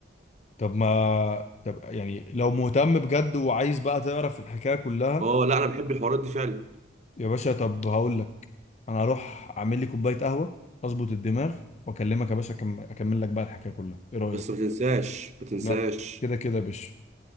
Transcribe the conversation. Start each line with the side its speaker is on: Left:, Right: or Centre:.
Left: طب ما طب يعني لو مهتم بجد وعايز بقى تعرف الحكاية كلها
Right: اه لا انا بحب الحوارات دي فعلا
Left: يا باشا طب هقول لك انا هروح اعمل لي كوباية قهوة اظبط الدماغ واكلمك يا باشا أكم- اكمل لك بقى الحكاية كلها ايه رأيك
Right: بس ما تنساش ما تنساش
Left: لا كده كده يا باشا